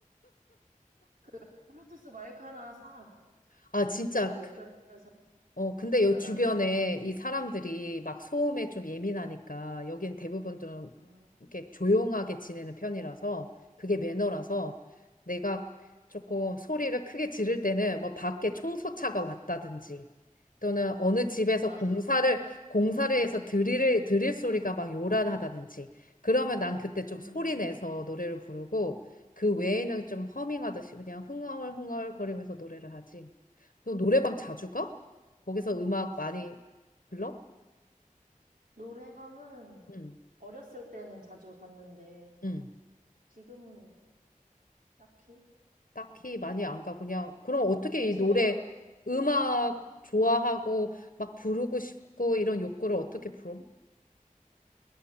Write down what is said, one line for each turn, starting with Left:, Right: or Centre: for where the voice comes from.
Right: 그, 블루투스 마이크 하나 사.
Left: 아, 진짜
Right: 그럼 또 연결해서
Left: 어, 근데
Right: 분위기가
Left: 요 주변에
Right: 나지.
Left: 이 사람들이 막 소음에 좀 예민하니까 여긴 대부분 좀
Right: 아,
Left: 이렇게 조용하게 지내는 편이라서 그게 매너라서 내가 조금 소리를 크게 지를 때는 뭐 밖에 청소차가 왔다든지 또는 어느 집에서
Right: 아,
Left: 공사를 공사를 해서 드릴 드릴 소리가 막 요란하다든지 그러면 난 그때 좀
Right: 음.
Left: 소리 내서 노래를 부르고 그 외에는 좀 허밍하듯이 그냥 흥얼흥얼 거리면서 노래를 하지. 너 노래방 자주 가? 거기서 음악
Right: 그
Left: 많이 불러?
Right: 노래방은
Left: 응,
Right: 어렸을 때는 자주 갔는데,
Left: 응.
Right: 지금은 딱히?
Left: 딱히 많이 안 가. 그냥 그럼 어떻게
Right: 그냥
Left: 이
Right: 집에서
Left: 노래 음악 좋아하고 막 부르고 싶고 이런 욕구를 어떻게 풀어?